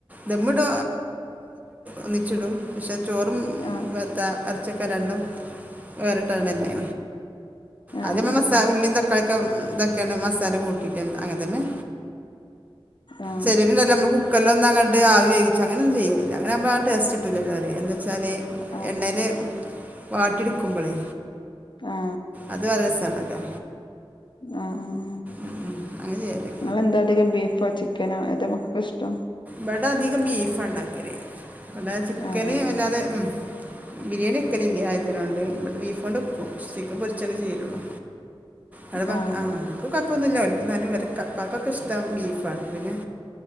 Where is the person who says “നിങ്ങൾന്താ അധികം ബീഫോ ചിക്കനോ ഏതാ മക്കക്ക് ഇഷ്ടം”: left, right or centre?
Left